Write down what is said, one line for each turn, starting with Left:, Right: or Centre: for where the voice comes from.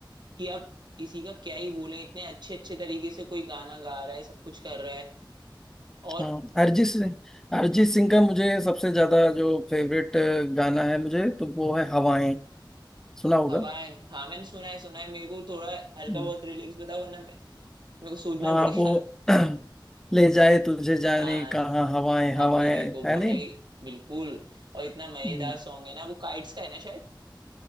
Right: कि अब किसी का क्या ही बोले इतने अच्छे अच्छे तरीके से कोई गाना गा रहा है सब कुछ कर रहा है और
Centre: हाँ अरिजीत सिंह अरिजीत सिंह का मुझे सबसे ज्यादा जो फेवरेट गाना है मुझे तो वो है हवाएं सुना होगा
Right: हवाएं हाँ मैंने सुना है सुना है मेरे को थोड़ा हल्का
Centre: हम्म,
Right: बहुत रिलैक्स बताओ वरना मे- मेरे को सोचना
Centre: हाँ
Right: पड़ेगा
Centre: वो <clears throat> ले जाए तुझे जाने
Right: <laughs> आ,
Centre: कहाँ हवाएं हवाएं
Right: अब वो देखो
Centre: है
Right: भाई
Centre: नहीं
Right: बिल्कुल और इतना मजेदार
Centre: हम्म,
Right: सॉन्ग है ना वो काइट्स का है ना शायद